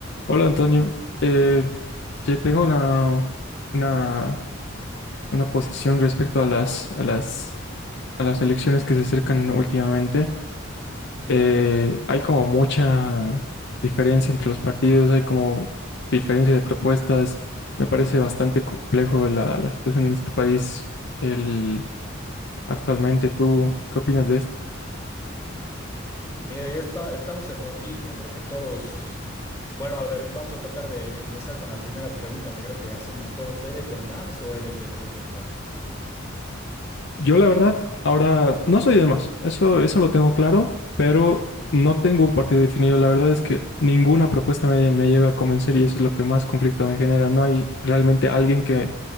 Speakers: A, on the left (about 60°); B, on the left (about 15°).
A: Hola Antonio, eh, yo tengo una, una, una posición respecto a las, a las, a las elecciones que se acercan últimamente. Eh, hay como mucha diferencia entre los partidos, hay como diferencia de propuestas. Me parece bastante complejo la, la situación en nuestro país el, actualmente. ¿Tú qué opinas de esto?
B: Mira, yo está, estamos en lo mismo, creo que todos, bueno, a ver, vamos a tratar de empezar con la primera pregunta que creo que hacemos todos, ¿eres del MAS o eres de los otros partidos?
A: Yo la verdad, ahora no soy de más, eso, eso lo tengo claro, pero no tengo un partido definido. La verdad es que ninguna propuesta me, me llega a convencer y eso es lo que más conflicto me genera. No hay realmente alguien que